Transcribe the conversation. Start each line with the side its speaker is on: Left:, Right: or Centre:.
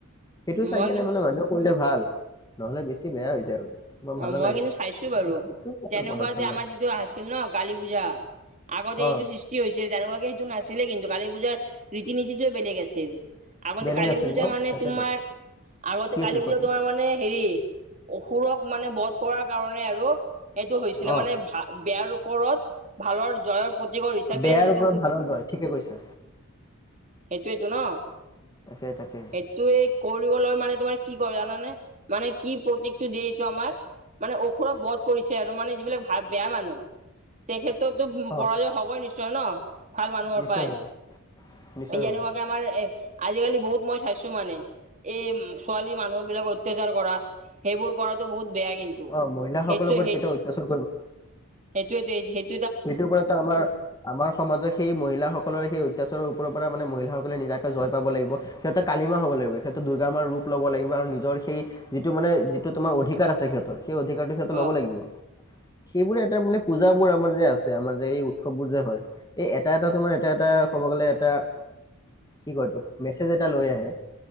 Left: সেইটো চাই
Right: মই
Left: কেনে
Right: কিন্তু
Left: মানে মানুহ কৰিলে ভাল নহ'লে বেছি বেয়া হৈ যায় আৰু। মোৰ
Right: অ'
Left: ভাল নালাগে
Right: মই কিন্তু চাইছো বাৰু
Left: মই ভাবিছো
Right: তেনেকুৱা
Left: কোন পদক্ষেপ
Right: যে
Left: ল'ম
Right: আমাৰ যিটো আছিল ন, কালি পূজা আগতে
Left: অ
Right: এইটো সৃষ্টি হৈছিল তেনেকুৱাকে সেইটো নাছিলে কিন্তু কালি পূজাৰ ৰীতি নীতিটোৱে বেলেগ আছিল। আগতে
Left: বেলেগ
Right: কালি
Left: আছিল
Right: পূজা
Left: ন
Right: মানে
Left: তাকেতো
Right: তোমাৰ আগতে
Left: কি
Right: কালি
Left: আছিল কোৱাচোন
Right: পূজা তোমাৰ মানে হেৰি অসুৰক মানে বধ কৰাৰ কাৰণে আৰু এইটো হৈছিলে
Left: অ
Right: মানে ভা বেয়া ৰূপ ওপৰত ভালৰ জয়ৰ প্ৰতিকৰ হিচাপে
Left: বেয়াৰ
Right: হেইটো
Left: ওপৰত
Right: সেইটোৱেইতো
Left: ভালৰ জয় ঠিকে কৈছা
Right: ন?
Left: তাকে তাকে
Right: সেইটো কৰিবলৈ মানে তোমাৰ কি কৰে জানানে মানে কি প্ৰতীকটো দিয়ে এইটো আমাৰ? মানে অসুৰক বধ কৰিছে আৰু মানে যিবিলাক ভাত বেয়া মানুহ। তেখেতৰতো
Left: অ
Right: পৰাজয় হবই নিশ্চয় ন? ভাল মানুহৰ
Left: নিশ্চয়
Right: পায়
Left: হ'ব নিশ্চয়
Right: যেনেকুৱাকে
Left: হ'ব
Right: আমাৰ এ আজিকালি বহুত মই চাইছো মানে এই ছোৱালী মানুহ বিলাকক অত্যাচাৰ কৰা সেইবোৰ কৰাতো বহুত বেয়া কিন্তু
Left: অ মহিলাসকলৰ
Right: সেইটোোৱে
Left: ওপৰত
Right: সেই
Left: কেতিয়াও অত্যাচাৰ
Right: সেইটোয় সেই
Left: সেইটোৰ পৰাতো আমাৰ আমাৰ সমাজত সেই মহিলাাসকলৰ সেই অত্যাচাৰৰ ওপৰত মানে মহিলাসকলে নিজাকে জয় প লাগিব সিহঁতে কালিমা হব লাগিব সিহঁতে দুৰ্গা ৰূপ লব লাগিব আৰু নিজৰ সেই যিটো মানে যিটো তোমাৰ অধিকাৰ আছে সিহঁতৰ সেই অধিকাৰটোো সিহঁত ল'ব
Right: অ
Left: লাগিব সেইবোৰে এটা মানে পূজা বোৰ আমাৰ যে ছে আমাৰ যে এই উৎসৱবোৰ যে হয় এই এটা এটা তোমাৰ এটা এটা ক'ব গলে এটা কি কয় তোক মেছেজ এটা লৈ আহে